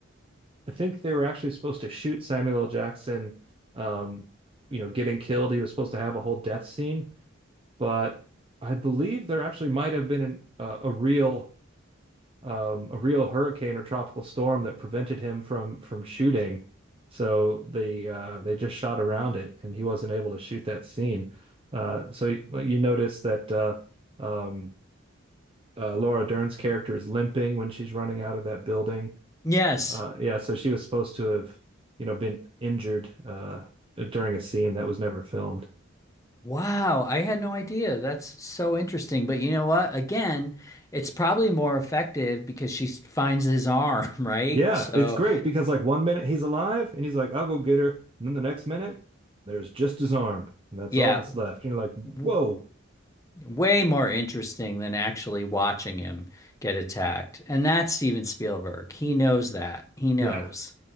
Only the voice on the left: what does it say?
Yes,
Wow, I had no idea. That's so interesting. But you know what? Again, it's probably more effective because she s- finds his arm, <laughs> right?
So,
yeah,
w-
way more interesting than actually watching him get attacked. And that's Steven Spielberg. He knows that. He knows.